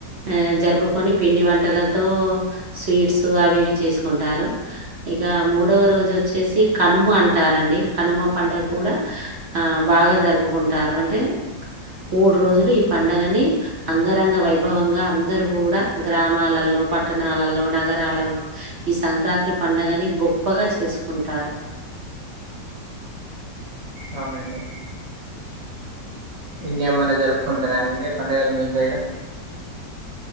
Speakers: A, on the right; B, on the right.
A: ఆ జరుపుకొని పిండి వంటలతో స్వీట్స్ అవి ఇవి చేసుకుంటారు ఇక మూడవ రోజు వచ్చేసి కనుమ అంటారండి కనుమ పండగ కూడా ఆ బాగా జరుపుకుంటారు అంటే మూడు రోజులు ఈ పండుగని అంగరంగ వైబ్ భవంగా అందరుూ కూడా గ్రామాలలో పట్టణాలలో నగరాలలో ఈ సంక్రాంతి పండుగని గొప్పగా చేసుకుంటారు
B: అవునండి ఇంకేమన్నా జరుపుకుంటారా అండి పండుగలు మీ సైడు